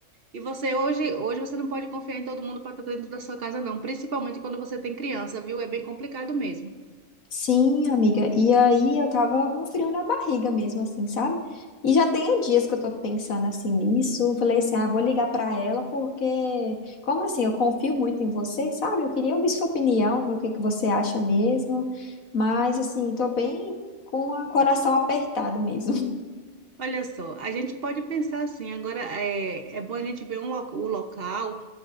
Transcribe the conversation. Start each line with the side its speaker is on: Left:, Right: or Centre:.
Right: E você hoje, hoje você não pode confiar em todo mundo para estar dentro da sua casa não, principalmente quando você tem criança, viu? É bem complicado mesmo.
Left: Sim, amiga. E aí eu tava com frio na barriga mesmo, assim, sabe? E já tem dias que eu tô pensando assim nisso. Eu Falei assim, ah, vou ligar pra ela porque, como assim, eu confio muito em você, sabe? Eu queria ouvir sua opinião, ver o que que você acha mesmo. Mas assim, tô bem com o coração apertado mesmo.
Right: Olha só, a gente pode pensar assim, agora é, é bom a gente ver um lo- o local